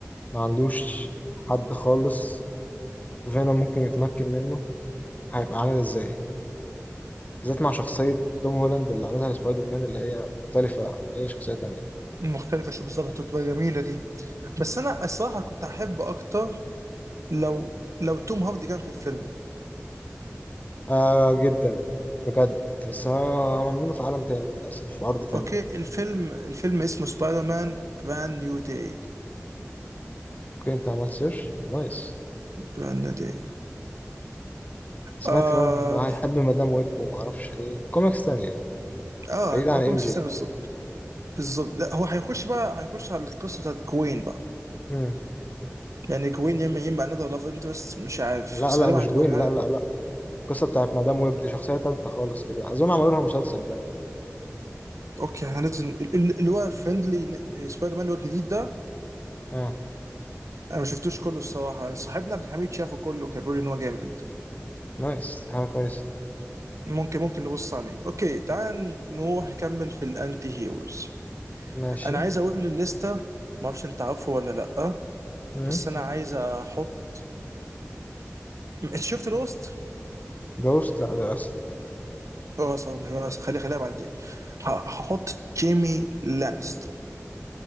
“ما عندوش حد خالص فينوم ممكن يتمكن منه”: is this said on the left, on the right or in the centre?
Left